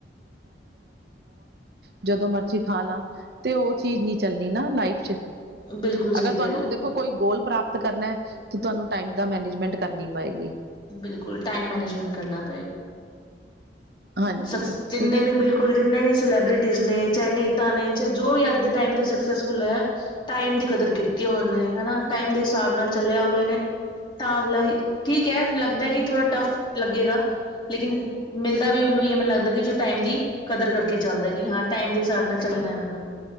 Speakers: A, on the right (about 60°); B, on the left (about 25°).
A: ਜਦੋਂ ਮਰਜ਼ੀ ਖਾ ਲਾ ਤੇ ਔ ਚੀਜ਼ ਨਹੀ ਚੱਲਣੀ ਨਾ ਲਾਈਫ ਚ।
B: ਬਿਲਕੁਲ
A: ਅਗਰ
B: ਸਹੀ
A: ਤੁਹਾਨੂੰ
B: ਕਹਿ ਰਹੇ ਹੋ
A: ਦੇਖੋ ਕੋਈ ਗੋਲ ਪ੍ਰਾਪਤ ਤਾ ਕਰਨਾ ਤੇ ਤੁਹਾਨੂੰ ਟਾਈਮ ਦਾ ਮੈਨੇਜਮੈਂਟ ਕਰਨੀ ਪਏਗੀ।
B: ਬਿਲਕੁਲ ਟਾਈਮ ਮੈਨੇਜਮੈਂਟ ਕਰਨਾ
A: ਹਾਂਜੀ
B: ਸਕਸ ਜਿੰਨੇ
A: ਕਿਉਂਕਿ
B: ਵੀ ਬਿਲਕੁਲ ਜਿੰਨੇ ਵੀ ਸਿਲੇਬ੍ਰਿਟੀਜ਼ ਨੇ ਚਾਹੇ ਨੇਤਾ ਨੇ ਚਾਹੇ ਜੋ ਵੀ ਅੱਜ ਦੇ ਟਾਈਮ ਤੇ ਸਕਸੈਸਫੁੱਲ ਐ ਟਾਈਮ ਦੀ ਕਦਰ ਕੀਤੀ ਔਨੇ ਹਨਾ ਟਾਈਮ ਦੇ ਹਿਸਾਬ ਨਾਲ ਚੱਲਿਆ ਅਗਲੇ ਨੇ ਤਾਂ ਅਗਲਾ ਠੀਕ ਐ, ਲੱਗਦਾ ਕਿ ਥੋੜ੍ਹਾ ਟਫ ਲੱਗੇਗਾ। ਲੇਕਿਨ ਮਿਲਦਾ ਵੀ ਔਨੂੰ ਈ ਹੈ। ਮੈਨੂੰ ਲੱਗਦਾ ਕਿ ਜੋ ਟਾਈਮ ਦੀ ਕਦਰ ਕਰਕੇ ਚੱਲਦਾ ਕਿ ਹਾਂ ਟਾਈਮ ਦੇ ਹਿਸਾਬ ਨਾਲ ਚੱਲਣਾ ਐ ਮੈਨੂੰ।